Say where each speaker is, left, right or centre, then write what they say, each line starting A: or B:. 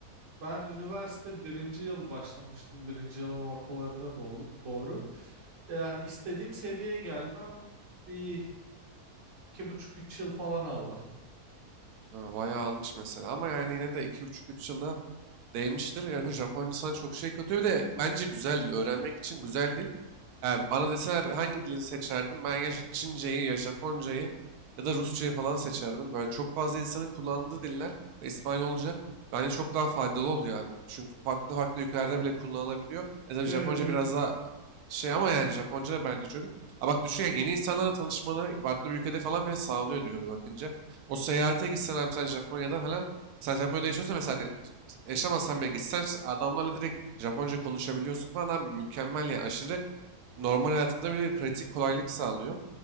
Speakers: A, on the right; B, on the right.
A: Ben üniversite birinci yıl başlamıştım. Birinci yılın ortalarına doğru. doğru. Yani istediğim seviyeye gelmem bir iki buçuk üç yıl falan aldı.
B: Ha, bayağı almış mesela. Ama yani yine de 25 üç yılda değmiştir. Yani Japonca sana çok şey katıyor. Bir de bence güzel. dil. Öğrenmek için güzel dil. Yani bana deseler hangi dili seçerdim? Ben ya Çince'yi ya Japonca'yı ya da Rusça'yı falan seçerdim. Böyle çok fazla insanın kullandığı diller ve İspanyolca bence çok daha faydalı oluyor abi. Çünkü farklı farklı ülkelerde bile kullanılabiliyor. E tabii
A: Evet,
B: Japonca
A: evet.
B: biraz daha şey ama yani Japonca da bence çok iyi. Ha bak düşün ya yeni insanlarla tanışmanı farklı bir ülkede falan bile sağlıyor diyor bakınca. O seyahate gitsen abi sen Japonya'da falan sen Japonya'da yaşıyorsan mesela de- yaşamazsan bile gitsen adamlarla direkt Japonca konuşabiliyorsun falan abi mükemmel yani aşırı normal hayatında bir pratik kolaylık sağlıyor.